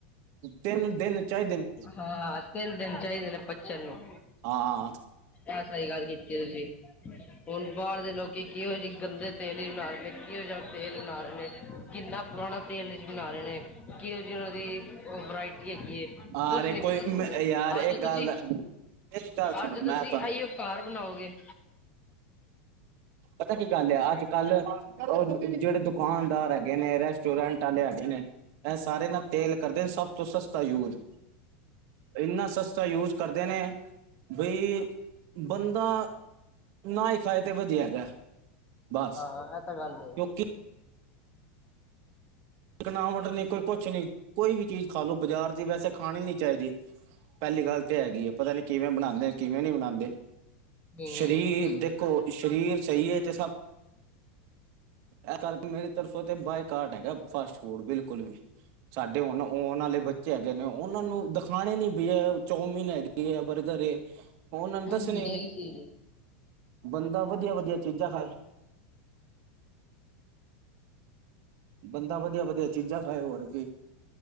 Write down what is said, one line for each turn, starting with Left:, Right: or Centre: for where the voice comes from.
Right: ਤੇੱਨ ਦੇੱਨ ਚਾਈਦੇ ਨੇ।
Left: ਹਾ, ਤੇੱਨ ਦੇੱਨ ਚਾਈਦੇ ਨੇ ਪੱਚਨ ਨੂੰ।
Right: ਹਾਂ
Left: ਐ ਸਈ ਗਾੱਲ ਕੀਤੀ ਏ ਤੂਸੀ, ਹੁਨ ਬਾਰ ਦੇ ਲੋਕੀ ਕੇਹੋ ਜੀ ਗੰਦੇ ਤੇਲ ਈ ਬਨਾ ਰੇ ਨੇ, ਕੇਹੋ ਜਾ ਤੇਲ ਬਨਾ ਰੇ ਨੇ ਕਿੰਨਾ ਪੁਰਾਣਾ ਤੇਲ ਇਚ ਬਨਾ ਰੇ ਨੇ, ਕੇਹੋ ਜੀ ਓਨਾਂ ਦੀ ਓ ਵਰਾਇਟੀ ਹੈਗੀ ਏ
Right: ਯਾਰ
Left: ਕੋਛ ਨੀ
Right: ਕੋਈ
Left: ਪਤਾ ਸਾਨੂੰ,
Right: ਯਾਰ
Left: ਅੱਜ
Right: ਇੱਕ
Left: ਤੁਸੀ,
Right: ਗੱਲ ਦਾ ਮੇਰੀ ਗੱਲ ਸੁਣੋ
Left: ਅੱਜ
Right: ਮੈਂ
Left: ਤੁਸੀ
Right: ਤੁਹਾਨੂੰ
Left: ਆਈਓ ਘਾਰ ਬਨਾਓਗੇ
Right: ਪਤਾ ਕੀ ਗੱਲ ਏ ਅੱਜ-ਕਲ ਓ ਜੇੜੇ ਦੁਕਾਨਦਾਰ ਹੈਗੇ ਨੇ, ਰੈਸਟੋਰੈਂਟ ਆਲੇ ਹੈਗੇ ਨੇ, ਐ ਸਾਰੇ
Left: ਹਾਂਜੀ
Right: ਨਾ ਤੇਲ ਕਰਦੇ ਨੇ ਸਬ ਤੋਂ ਸਸਤਾ ਯੂਜ਼, ਏਂਨਾ ਸਸਤਾ ਯੂਜ਼ ਕਰਦੇ ਨੇ ਬਈ ਬੰਦਾ ਨਾ ਈ ਖਾਏ ਤੇ ਵਦੀਆ ਹੈਗਾ। ਬਸ
Left: ਹਾਂ-ਹਾਂ ਐ ਤਾਂ ਗੱਲ ਏ।
Right: ਕਿਉਂਕਿ ਚਿਕਨਾਵਟ ਨੀ ਕੋਈ ਕੁਛ ਨੀ ਕੋਈ ਵੀ ਚੀਜ਼ ਖਾ ਲੋ ਬਾਜ਼ਾਰ ਦੀ ਵੈਸੇ ਖਾਣੀ ਨੀ ਚਾਈਦੀ। ਪੇਲੀ ਗੱਲ
Left: ਹੂੰ
Right: ਤਾਂ ਹੈਗੀ ਏ ਪਤਾ ਨੀ ਕਿਵੇਂ ਬਣਾਦੇ ਕਿਵੇਂ ਨਈ ਬਣਾਦੇ
Left: ਇਹ
Right: ਸ਼ਰੀਰ ਦੇ ਕੋ ਸ਼ਰੀਰ ਸਈ ਏ ਤੇ ਸਭ ਐ ਕਰਕੇ ਮੇਰੀ ਤਰਫੋਂ ਤੇ ਬਾਏਕਾਟ ਹੈਗਾ ਫਾਸਟ ਫੂਡ ਬਿਲਕੁਲ ਵੀ। ਸਾਡੇ ਹੁਣ ਓਣ ਆਣ ਵਾਲੇ ਬੱਚੇ ਹੈਗੇ ਨੇ ਓਨਾਂ ਨੂੰ ਦਿਖਾਣਾ ਨੀ ਬੀ ਏ ਚੌਮਿਨ ਹੈਗੀ ਏ ਬਰਗਰ ਏ। ਓਨਾਂ ਨੂੰ ਦੱਸਣੇ
Left: ਹੁੰਦਾ
Right: ਨੀ,
Left: ਕੀ ਚੀਜ਼ ਹੈ
Right: ਬੰਦਾ ਵੱਧੀਆ-ਵੱਧੀਆ ਚੀਜ਼ਾਂ ਖਾਏ। ਬੰਦਾ
Left: ਹੂੰ
Right: ਵਦੀਆ-ਵਦੀਆ ਚੀਜ਼ਾਂ ਖਾਏ ਹੋਰ ਕੀ।